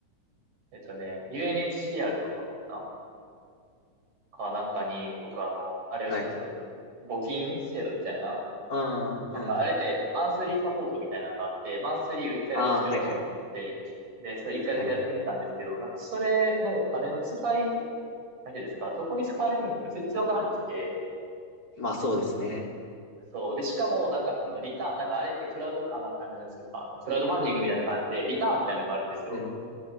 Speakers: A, on the right; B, on the left.
A: えっとね、UNHCR かなか、なんかに、僕あの、あれをしたんですよ。
B: はい。
A: 募金制度みたいな。
B: うん、うん。
A: なんかあれって、マンスリーサポートみたいなのがあって、マンスリーを一回だけしようと思って、
B: ああ、はいはい。
A: で、それ一回だけやってみたんですけど、
B: はい。
A: なんかそれのお金の使い大丈夫ですかどこに使われてるのか全然わからなくて。
B: まあそうですね。
A: そう。で、しかも、なんかそのリターン、なんかあれってクラウド、あの、あれなんですか、あの、クラウドファンディングみたいな感じで、リターンみたいなのがあるんですよ。
B: うん。